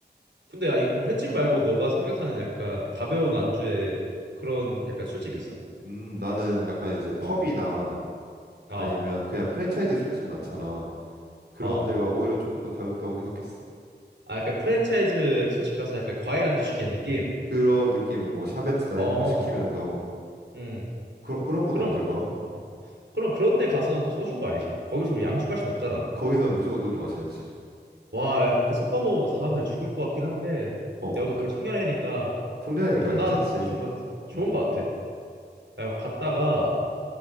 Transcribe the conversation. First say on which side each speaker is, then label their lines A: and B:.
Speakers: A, on the right (about 85°); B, on the right (about 65°).
A: 근데 아니 그럼 횟집 말고 너가 생각하는 약간 가벼운 안주에 그런 약간 술집이 있어?
B: 음, 나는 약간 이제 펍이나
A: 어. 어.
B: 아니면 그냥 프랜차이즈 술집 많잖아. 그런
A: 어.
B: 데가 오히려 조금 더 가볍다고 생각했어.
A: 아 약간 프랜차이즈 술집 가서 약간 과일 안주 시키는 느낌?
B: 그런 느낌으로 뭐 샤베트나
A: 어.
B: 이런 거 시키면서
A: 음.
B: 그런 그런 것도
A: 그럼
B: 어떨까?
A: 어. 그럼 그런데 가서는 또 소주인 거 알지? 거기서 우리 양주 갈 순 없잖아.
B: 거기서는 무조건 소주 마셔야지.
A: 와, 그렇게 섞어 먹으면 사람들 죽을 것 같긴 한데
B: 어,
A: 염
B: 그,
A: 우리 송년회니까
B: 송년회니까
A: 그럼
B: 괜찮지.
A: 나 그것도 좋은 것 같아. 어, 좋은
B: 음,
A: 것 같아. 야, 그럼 갔다가